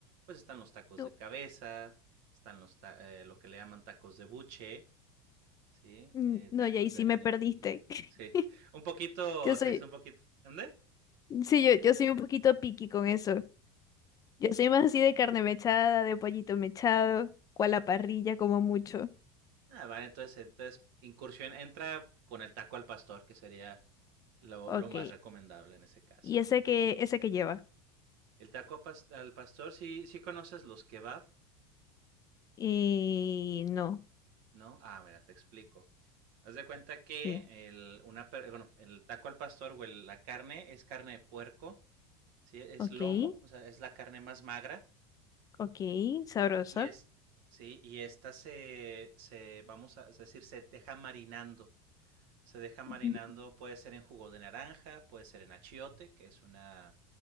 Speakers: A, on the right; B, on the left.
A: pues están los tacos
B: Tú-
A: de cabeza, están los ta- eh, lo que le llaman tacos de buche, ¿sí?
B: mm,
A: Eh,
B: No,
A: tacos
B: y ahí sí
A: de nene.
B: me perdiste.
A: pi-
B: <laughs>
A: Sí, un poquito,
B: Yo soy,
A: sí, es un poquito. ¿Dónde?
B: sí, yo, yo soy un poquito picky con eso. Yo soy más así de carne mechada, de pollito mechado, cual a la parrilla como mucho.
A: Ah, vale, entonces, entonces incursión entra con el taco al pastor, que sería lo,
B: Ok.
A: lo más recomendable en ese caso.
B: ¿Y ese que, ese que lleva?
A: El taco a pas- al pastor, sí, sí conoces los kebab,
B: Eh, no,
A: ¿no? Ah, mira, te explico. Haz de cuenta que
B: ok,
A: el, una, per- bueno, el taco al pastor o el- la carne es carne de puerco, ¿sí? Es
B: ok,
A: lomo, o sea, es la carne más magra
B: ok, sabrosa.
A: y es, sí, y esta se, se, vamos a decir, se deja marinando. Se deja marinando,
B: Ujú.
A: puede ser en jugo de naranja, puede ser en achiote, que es una,